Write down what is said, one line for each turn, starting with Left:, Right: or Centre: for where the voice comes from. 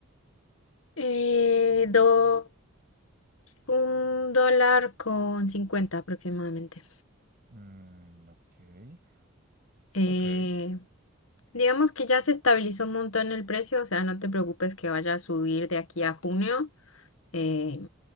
Left: Eh, dos, un dólar con 50 aproximadamente.
Right: Mm, ok,
Left: Eh,
Right: ok,
Left: Digamos que ya se estabilizó un montón el precio, o sea, no te preocupes que vaya a subir de aquí a junio, eh,